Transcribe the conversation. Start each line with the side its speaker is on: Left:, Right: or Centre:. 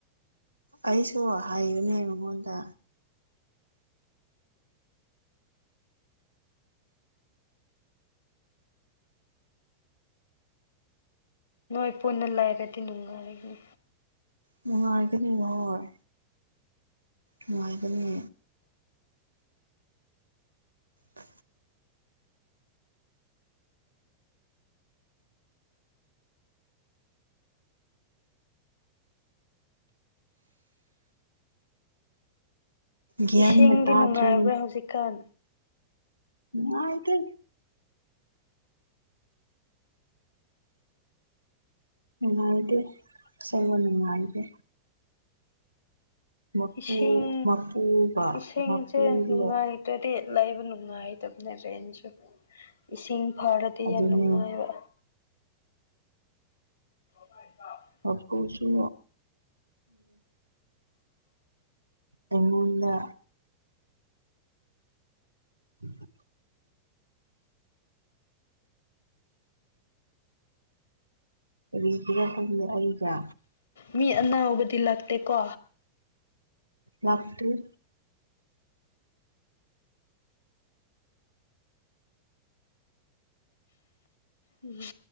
Right: ꯑꯩꯁꯨ ꯍꯥꯏꯌꯨꯅꯦ ꯃꯉꯣꯟꯗ
Left: ꯅꯣꯏ ꯄꯨꯟꯅ ꯂꯩꯔꯗꯤ ꯅꯨꯡꯉꯥꯏꯅꯤ
Right: ꯅꯨꯡꯉꯥꯏꯒꯅꯤꯣꯏ ꯅꯨꯡꯉꯥꯏꯒꯅꯤ ꯎ ꯒ꯭ꯌꯥꯟꯒ
Left: ꯏꯁꯤꯡꯗꯤ
Right: ꯇꯥꯗ꯭ꯔꯦ
Left: ꯅꯨꯡꯉꯥꯏꯕ꯭ꯔꯥ ꯍꯧꯖꯤꯛꯀꯥꯟ
Right: ꯎ ꯀ ꯅꯨꯡꯉꯥꯏꯗꯦ ꯁꯕ ꯅꯨꯡꯉꯥꯏꯗꯦ ꯃꯄꯨ
Left: ꯏꯁꯤꯡ
Right: ꯃꯄꯨꯒ
Left: ꯏꯁꯤꯡꯁꯦ
Right: ꯃꯄꯨꯗꯣ
Left: ꯅꯨꯡꯉꯥꯏ ꯑꯗꯨꯗꯤ ꯂꯩꯕ ꯅꯨꯡꯉꯥꯏꯇꯕꯅꯦ ꯔꯦꯟꯁꯨ ꯏꯁꯤꯡ ꯐꯔꯗꯤ
Right: ꯑꯗꯨꯅꯦ
Left: ꯌꯥꯝ ꯅꯨꯡꯉꯥꯏꯕ ꯍꯕ
Right: ꯍꯥ ꯀꯁꯨ ꯎ ꯑꯩꯉꯣꯟꯗ ꯎꯝ ꯀꯔꯤꯁꯤꯒ ꯍꯪꯦ ꯑꯩꯒ
Left: ꯃꯤ ꯑꯅꯥꯕꯗꯤ ꯂꯥꯛꯇꯦꯀꯣ
Right: <unintelligible>
Left: ꯎꯝ